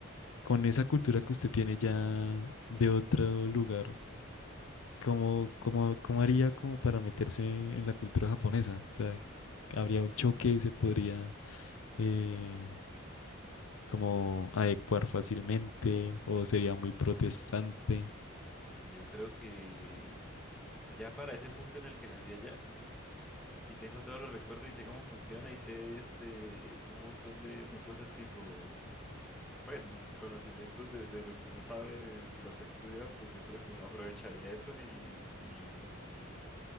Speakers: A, on the left (about 75°); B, in the centre.
A: con esa cultura que usted tiene ya de otro lugar, ¿Cómo, cómo, cómo haría como para meterse en la cultura japonesa? O sea, habría un choque y se podría eh, como adecuar fácilmente o sería muy protestante.
B: yo creo que ya para ese punto en el que nací allá. Y tengo todos los recuerdos y sé cómo funciona y sé este un montón de, de cosas tipo, pues m- conocimientos de, de lo que uno sabe, de que lo que ha estudiado, pues yo creo que uno aprovecharía eso y, y,